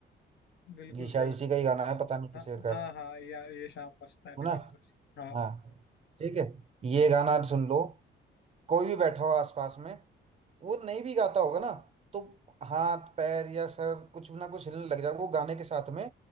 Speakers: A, on the left (about 65°); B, on the right (about 30°).
A: बिल्कुल
B: ये शायद
A: सही
B: उसी का ही गाना है पता नहीं किस
A: हाँ
B: शेर का
A: हाँ
B: है
A: हाँ या ये शाम मस्तानी
B: है ना
A: मधुर हाँ
B: हाँ ठीक है ये गाना सुन लो कोई भी बैठा हो आसपास में वो नहीं भी गाता होगा ना तो हाथ पैर या सर कुछ ना कुछ हिलने लग जाएगा वो गाने के साथ में